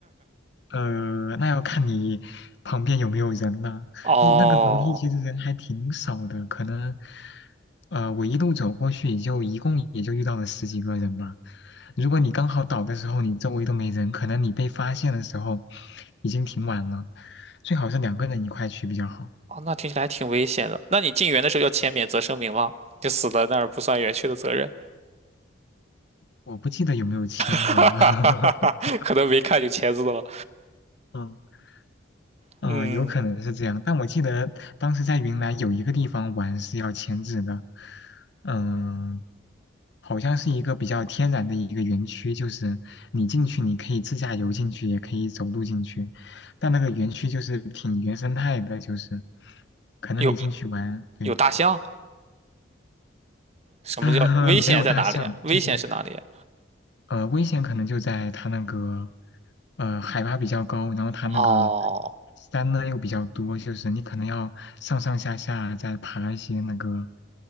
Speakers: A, on the left; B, on the right.
A: 呃，那要看你旁边有没有人了、
B: 哦，
A: 你那个楼梯其实人还挺少的，可能，呃，我一路走过去也就一共也就遇到了十几个人吧。如果你刚好倒的时候，你周围都没人，可能你被发现的时候已经挺晚了。最好是两个人一块去比较好。
B: 哦，那听起来还挺危险的。那你进园的时候要签免责声明吗？就死在那儿不算园区的责任，
A: 我不记得有没有签过呢。
B: <laughs> 哈哈哈哈哈，
A: <laughs>
B: 可能没看就签字了。
A: 嗯嗯、
B: 嗯，
A: 有可能是这样，但我记得当时在云南有一个地方玩是要签字的，嗯、好像是一个比较天然的一个园区，就是你进去你可以自驾游进去，也可以走路进去，但那个园区就是挺原生态的，就是可能你进去玩，
B: 有
A: 对，
B: 有大象？什么叫危险在哪里啊？
A: <laughs> 没有大象，
B: 危险是哪里啊？
A: 就是呃，危险可能就在它那个，呃，海拔比较高，然后它那个
B: 哦
A: 山呢又比较多，就是你可能要上上下下再爬一些那个，